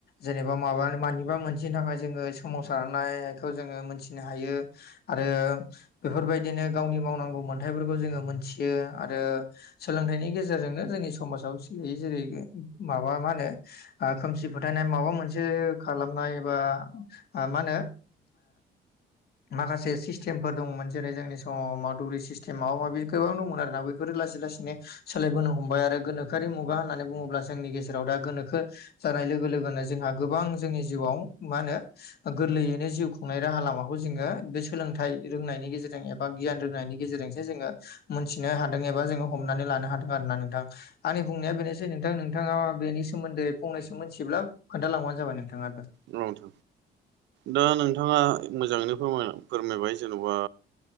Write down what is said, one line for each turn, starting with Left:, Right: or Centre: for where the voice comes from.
Left: जेनेबा माबा मानिबा मोनसेनि थाखाय जोङो साव थानायारखौ जोङो मोनथिनो हायो आरो बेफोरबायदिनो गावनि मावनांगौ मोन्थथायफोरखौ जोङो मोनथियो आरो सोलोंथाइनि गेजेरजोंनो जोंनि समाजाव सलिायै जेरै माबा मा होनो खोमसि फोथायनाय माबा मोनसे खालामनाय एबा मा होनो माखासे सिस्टेमफोर दंमोन जेरै जोंनि द मा दौरि सिस्टेम माबा माबि गोबां दंमोन आरोना बेफोरो लासै लासैनो सोलायबोनो हमबाय आरो गोनो सोरखारि मुगा होननानै बुङोब्ला जोंनि गेजेराव दा गोनोखो जानाय लोगो लोगोनो जोंहा गोबां जोंनि जिउआव मा होनो गोरलैयैनो जिउ खुंनाय राहा लामाखौ खौ जोङो बे सोलोंथाइ रोंनायनि गेजेरजों एबा गियान रोंनायनि गेजेरजोंसो जोङो मोनथिनो हादों एबा जोङो हमनानै लानो हादों आरो ना नोंथां आंनि बुंनाया बेनोसै नोंथां नोंथाङा बेनि सोमोन्दै फंनैसो मिथिब्ला खोन्थालांबानो जाबाय नोंथाङााबो
Right: रथ दा नोंथाङा मोजाङैनो फोर फोरमायबाय जेन'बा